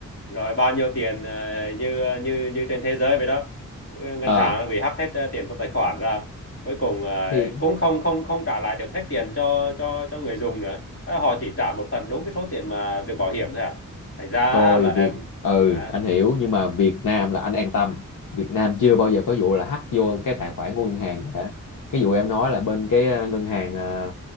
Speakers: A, on the left; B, on the left.
A: rồi bao nhiêu tiền ờ, như như như trên thế giới vậy đó ngân
B: ờ
A: hàng nó bị hack hết ờ, tiền trong tài khoản ra cuối cùng ờ,
B: thì
A: cũng không không không trả lại được hết tiền cho cho cho người dùng nữa Ờ, họ chỉ trả một phần đúng cái số tiền mà được bảo hiểm thôi à thành ra
B: thôi
A: là em
B: Việt ừ
A: hả
B: anh hiểu nhưng mà Việt Nam là anh an tâm Việt Nam chưa bao giờ có vụ là hack vô cái tài khoản của ngân hàng cả cái vụ em nói là bên cái ờ, ngân hàng ờ,